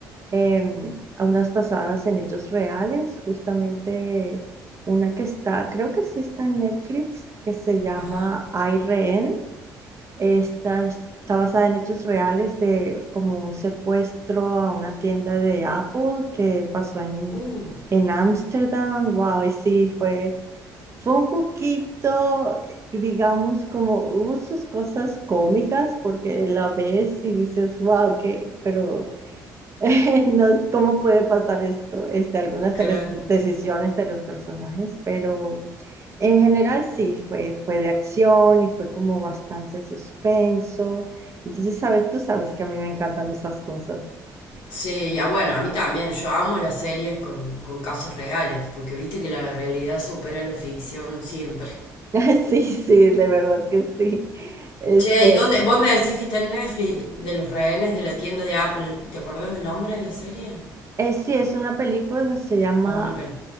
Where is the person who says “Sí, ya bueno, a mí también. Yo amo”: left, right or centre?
Left